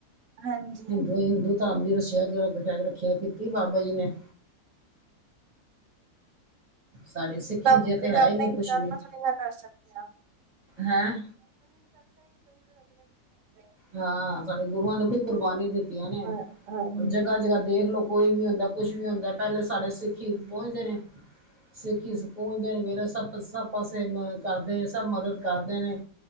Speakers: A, on the right; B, on the right.
A: ਹਾਂਜੀ,
B: ਹਿੰਦੂ ਹਿੰਦੂ ਧਰਮ ਦੀ ਰੱਸਿਆ ਰੱਖਿਆ ਕੀਤੀ ਬਾਬਾ ਜੀ ਨੇ ਸਾਡੀ ਸਿੱਖੀ ਜੇ
A: ਕਿ
B: ਤੇ ਹੈ
A: ਮੈਂ ਆਪਣਾ
B: ਹੀ ਨਹੀਂ
A: ਇੱਕ
B: ਕੁਛ
A: ਜੰਪਲ,
B: ਵੀ
A: ਥੋੜੀ ਨਾ ਦੱਸ ਸਕਦੀ ਆਂ।
B: ਹੈਂ।
A: <inaudible>
B: ਹਾਂ ਸਾਡੇ ਗੁਰੂਆਂ ਨੇ ਬੜੀ ਕੁਰਬਾਨੀ ਦਿੱਤੀਆਂ ਨੇ,
A: ਹਾਂ ਹਾਂਜੀ।
B: ਜਗ੍ਹਾ-ਜਗ੍ਹਾ ਦੇਖ ਲੋ। ਕੋਈ ਵੀ ਹੁੰਦਾ, ਕੁਛ ਵੀ ਹੁੰਦਾ, ਪਹਿਲੇ ਸਾਡੇ ਸਿੱਖੀ
A: ਹੂੰ
B: ਪਹੁੰਚਦੇ ਨੇ। ਸਿੱਖੀ ਸਕੂਨ <unintelligible> ਸਭ ਪਾਸੇ ਕਰਦੇ, ਨੇ ਸਭ ਮਦਦ ਕਰਦੇ ਨੇ।